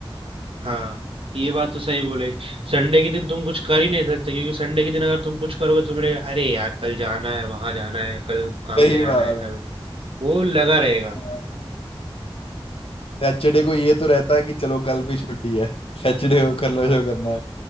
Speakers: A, on the right; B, on the left.
A: हाँ ये बात तो सही बोले संडे के दिन तुम कुछ कर ही नहीं सकते क्योंकि संडे के दिन अगर तुम कुछ करोगे तो मिलेगा अरे यार कल जाना है वहां जाना है कल काम
B: सही
A: पे जाना
B: बात
A: है कल
B: है
A: वो लगा रहेगा
B: हाँ। सैटरडे को ये तो रहता है कि चलो कल भी छुट्टी है सैटरडे को कल
A: हाँ
B: शो करना है